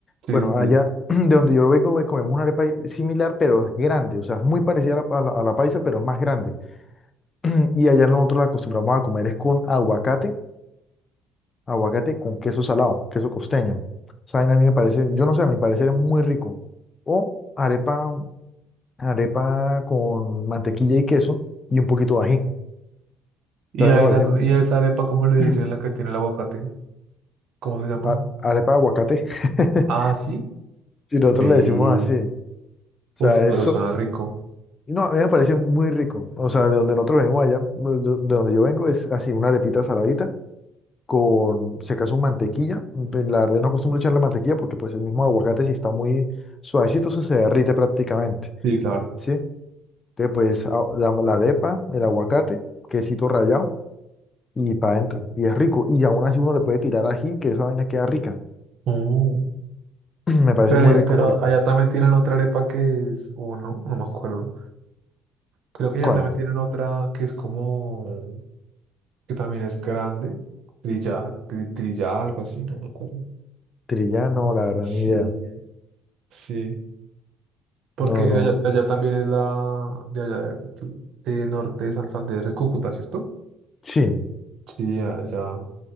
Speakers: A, on the right (about 60°); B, on the left (about 35°).
A: sí,
B: Bueno,
A: sí, sí.
B: allá <clears throat> de donde yo vengo, güey, comemos una arepa similar, pero es grande, o sea, es muy parecida a la, a la- a la paisa, pero es más grande. <clears throat> Y allá nosotros la acostumbramos a comer es con aguacate, aguacate con queso salado, queso costeño. Esa vaina a mí me parece, yo no sé, a mi parecer es muy rico. O arepa, arepa con mantequilla y queso y un poquito de ají.
A: ¿Y
B: También
A: a esa,
B: me parece un-
A: y a esa arepa, cómo le dicen
B: <clears throat>
A: la que tiene el aguacate? ¿Cómo se llama?
B: a- arepa de aguacate. <laughs>
A: Ah, sí.
B: Si nosotros
A: Ve.
B: le decimos así. O sea,
A: Uf, pero
B: eso,
A: suena rico.
B: no, a mí me parece muy rico. O sea, de donde nosotros venimos allá, de de donde yo vengo, es así, una arepita saladita con, si acaso, mantequilla. Pues, La verdad no acostumbro echarle mantequilla porque pues el mismo aguacate si está muy suavecito eso se derrite prácticamente,
A: Sí, claro.
B: ¿sí? Entonces pues a- la, la arepa, el aguacate, quesito rallado y para adentro. Y es rico. Y aún así uno le puede tirar ají, que esa vaina queda rica.
A: Mm.
B: <clears throat> Me parece
A: Pero,
B: muy
A: allá-
B: rico,
A: pero
B: muy rico.
A: allá también tienen otra arepa que es, o no, no me acuerdo. Creo que allá
B: ¿Cuál?
A: también tienen otra que es como, que también es grande, trillada, tri- trillada, algo así, no me acuerdo.
B: Trilla, no, la verdad,
A: Sí,
B: ni idea.
A: sí, porque
B: No,
A: allá,
B: no.
A: allá también es la de allá de de norte de Santander, es Cúcuta, ¿cierto?
B: Sí.
A: Sí, allá,